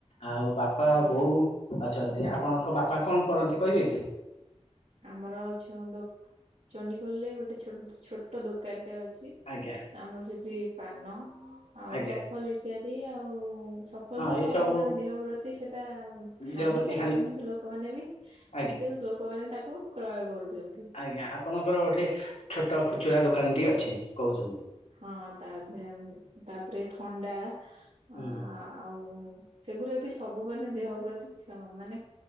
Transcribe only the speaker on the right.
ଆଜ୍ଞା
ଆମର ଛନ୍ଦ ଚଣ୍ଡିଖୋଲରେ ଗୋଟେ ଛୋଟ ଛୋଟ ଦୋକାନ୍ ଟେ ଅଛି।
ଆମର୍ ସେଠି ପାନ ଆଉ
ସଫଲ୍ ଇତ୍ୟାଦି ଆଉ ସଫଲ୍
ତ
ମାନେ ଦେହ ପ୍ରତି ସେଟା ହାନିକାରକ
କିନ୍ତୁ ଲୋକମାନେ ବି
କିନ୍ତୁ ଲୋକମାନେ ତାକୁ କ୍ରୟ କରୁଚନ୍ତି।
ହଁ ତା ଦେ ତାପ୍ରେ ଥଣ୍ଡା
ଅ ଆଉ ସେଗୁରା ବି ସବୁ ମାନେ ଦେହ ପ୍ରତି କ୍ଷ ମାନେ